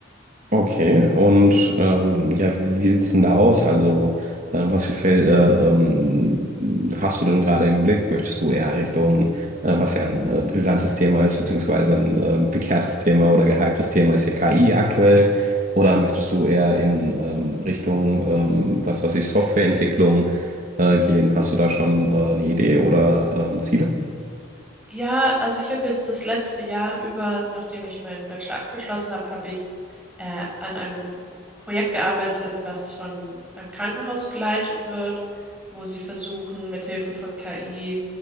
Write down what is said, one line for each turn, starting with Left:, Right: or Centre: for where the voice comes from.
Right: Okay, und ähm, ja, wie sieht's denn da aus? Also, äh, was für Felder ähm, hast du denn gerade im Blick? Möchtest du eher Richtung, äh, was ja ein äh, brisantes Thema ist, beziehungsweise ein äh, bekehrtes Thema oder gehyptes Thema ist ja KI aktuell? Oder möchtest du eher in ähm, Richtung, ähm, was weiß ich, Softwareentwicklung äh, gehen? Hast du da schon äh, eine Idee oder ähm, Ziele?
Centre: Ja, also ich habe jetzt das letzte Jahr über, nachdem ich meinen Bachelor abgeschlossen habe, habe ich äh, an einem Projekt gearbeitet, was von einem Krankenhaus geleitet wird, wo sie versuchen, mithilfe von KI